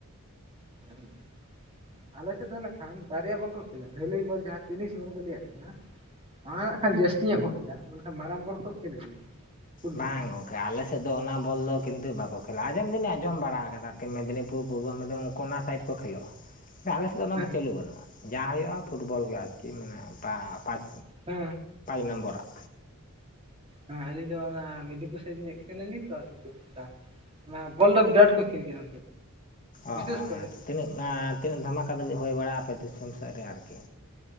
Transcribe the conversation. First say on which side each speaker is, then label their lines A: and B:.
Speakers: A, on the right; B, on the left.
A: <unintelligible> ᱟᱞᱮ ᱥᱮᱜ ᱫᱚ ᱱᱟᱜ ᱠᱷᱟᱱ ᱵᱟᱨᱭᱟ ᱵᱚᱞ ᱠᱚ ᱠᱷᱮᱞᱟ ᱰᱟᱹᱞᱟᱹᱭ ᱵᱚᱞ ᱡᱟᱦᱟᱸ ᱛᱤᱱᱤᱥ ᱵᱚᱞ ᱠᱚ ᱞᱟᱹᱭᱟᱜ ᱠᱟᱱᱟ᱾ ᱱᱟᱜ ᱠᱷᱟᱱ ᱡᱟᱹᱥᱛᱤ ᱧᱚᱜ ᱠᱚ ᱠᱷᱮᱞᱟ ᱢᱮᱱᱠᱷᱟᱱ ᱢᱟᱨᱟᱝ ᱵᱚᱨ ᱠᱚ ᱠᱷᱮᱞ ᱜᱮᱭᱟ᱾ ᱯᱷᱩᱴᱵᱚᱞ
B: ᱵᱟᱝ ᱜᱚ ᱟᱞᱮᱥᱮᱫ ᱫᱚ ᱚᱱᱟ ᱵᱚᱞ ᱫᱚ ᱠᱤᱱᱛᱩ ᱵᱟᱠᱚ ᱠᱷᱮᱞᱟ-ᱟ ᱟᱡᱚᱢ ᱫᱩᱞᱤᱧ ᱟᱸᱡᱚᱢ ᱵᱟᱲᱟ ᱟᱠᱟᱫᱟ ᱟᱨᱠᱤ ᱢᱮᱫᱽᱱᱤᱯᱩᱨ ᱯᱩᱨᱵᱚ ᱢᱮᱫᱽᱱᱤᱯᱩᱨ ᱠᱚᱱᱟ ᱥᱟᱭᱤᱰ ᱠᱚ ᱠᱷᱮᱞᱳᱜ-ᱟ ᱾ ᱟᱞᱮ ᱥᱮᱫ ᱫᱚ ᱚᱱᱟ
A: ᱦᱮᱸ
B: ᱫᱚ ᱪᱟᱹᱞᱩ ᱵᱟᱹᱱᱩᱜ-ᱟ ᱡᱟᱦᱟᱸ ᱦᱩᱭᱩᱜ-ᱟ ᱯᱷᱩᱴᱵᱚᱞ ᱜᱮ ᱟᱨᱠᱤ ᱢᱟᱱᱮ ᱯᱟᱪ ᱯᱟᱪ
A: ᱦᱮᱸ
B: ᱱᱚᱢᱵᱚᱨᱟᱜ
A: ᱦᱮᱸ ᱟᱹᱞᱤᱧ ᱫᱚ ᱚᱱᱟ ᱢᱮᱰᱤᱯᱩᱨ ᱥᱟᱭᱤᱡ ᱧᱮᱡ ᱠᱟᱱᱟᱞᱤᱧ ᱛᱚ ᱟᱨᱠᱤ ᱚᱱᱟ ᱵᱚᱞ ᱫᱚ ᱵᱤᱨᱟᱴ ᱠᱚ ᱠᱷᱮᱞ ᱜᱮᱭᱟ ᱵᱤᱥᱮᱥ
B: ᱚ
A: ᱠᱚᱨᱮ
B: ᱦᱮᱸ ᱛᱚ ᱛᱤᱱᱟᱹᱜ ᱛᱤᱱᱟᱹᱜ ᱫᱷᱟᱢᱟᱠᱟ ᱫᱷᱟᱹᱵᱤᱡ ᱦᱩᱭ ᱵᱟᱲᱟᱜ-ᱟ ᱟᱯᱮ ᱫᱤᱥᱚᱢ ᱥᱮᱫ ᱨᱮ ᱟᱨᱠᱤ